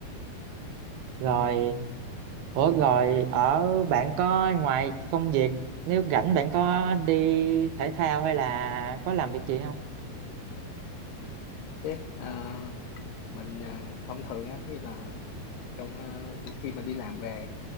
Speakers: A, on the right; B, on the left.
A: rồi ủa rồi ở bạn có ngoài công việc nếu rảnh bạn có đi thể thao hay là có làm việc gì không
B: chứ à, mình à, thông thường á khi mà ờ, công à, khi mà đi làm về